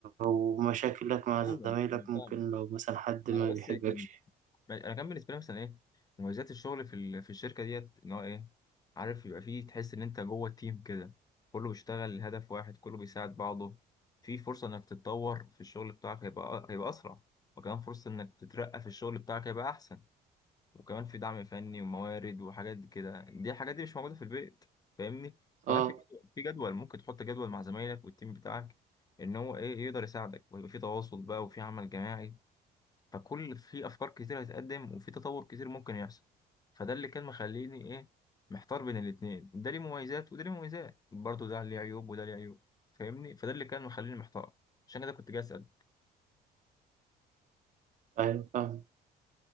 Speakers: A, on the right (about 50°); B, on the left (about 25°).
A: أو مشاكلك مع
B: فاهمك
A: زمايلك
B: انا
A: ممكن
B: فاهمك
A: لو مثلا حد ما
B: انا
A: بيحبكش
B: بس كان انا كان بالنسبه لي مثلا ايه مميزات الشغل في ال... في الشركه ديت ان هو ايه عارف يبقى فيه تحس ان انت جوه التيم كده كله بيشتغل لهدف واحد كله بيساعد بعضه في فرصه انك تتطور في الشغل بتاعك هيبقى هيبقى اسرع وكمان فرصه انك تترقى في الشغل بتاعك هيبقى احسن وكمان في دعم فني وموارد وحاجات دي كده دي الحاجات دي مش موجودة في البيت فاهمني
A: اه
B: كمان في جدول في جدول ممكن تحط جدول مع زمايلك والتيم بتاعك ان هو ايه يقدر يساعدك ويبقى في تواصل بقى وفي عمل جماعي فكل في افكار كتير هتقدم وفي تطور كتير ممكن يحصل فده اللي كان مخليني ايه محتار بين الاتنين ده ليه مميزات وده ليه مميزات برضه ده ليه عيوب وده ليه عيوب فاهمني فده اللي كان مخليني محتار عشان كده كنت جاي اسال
A: أيوة فاهم